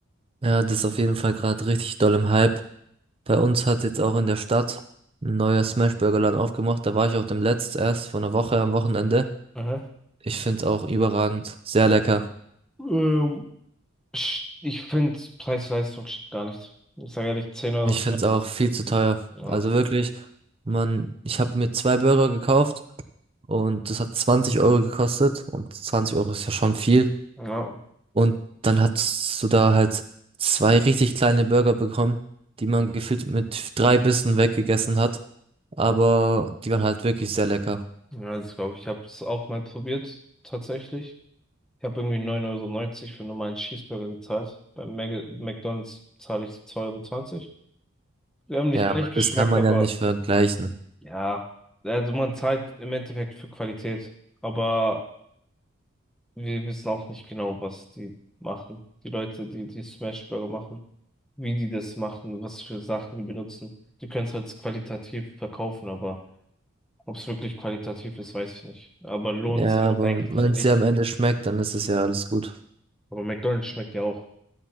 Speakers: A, on the right; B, in the centre.
A: Ja, das ist auf jeden Fall gerade richtig doll im Hype. Bei uns hat jetzt auch in der Stadt ein neuer Smashburger-Laden aufgemacht. Da war ich auch dem letzten erst vor einer Woche am Wochenende.
B: Aha.
A: Ich find's auch überragend, sehr lecker.
B: Ähm, sch- ich finde Preis-Leistung stimmt gar nicht. Ich sage ehrlich, 10 Euro
A: Ich
B: für
A: find's
B: so
A: auch
B: ein-
A: viel zu teuer.
B: also,
A: Also wirklich, man, ich habe mir zwei Burger gekauft und das hat 20 Euro gekostet und 20 Euro ist ja schon viel.
B: ja,
A: Und dann hast du da halt zwei richtig kleine Burger bekommen, die man gefühlt mit drei Bissen weggegessen hat. Aber die waren halt wirklich sehr lecker.
B: ja, das glaube ich. Ich habe es auch mal probiert, tatsächlich. Ich habe irgendwie neun Euro neunzig für normalen Cheeseburger gezahlt. Beim Mag McDonald's zahle ich so zwei Euro. zwanzig Die haben nicht
A: Ja,
B: gleich
A: aber
B: geschmeckt,
A: das kann man
B: aber
A: ja nicht vergleichen.
B: ja, also man zahlt im Endeffekt für Qualität. Aber wir wissen auch nicht genau, was die machen. Die Leute, die die Smash Burger machen, wie die das machen, was für Sachen die benutzen. Die können es halt qualitativ verkaufen, aber ob es wirklich qualitativ ist, weiß ich nicht. Aber lohnt
A: Ja,
B: sich
A: aber
B: eigentlich
A: wenn es
B: nicht.
A: dir am Ende schmeckt, dann ist es ja alles gut.
B: Aber McDonald's schmeckt ja auch.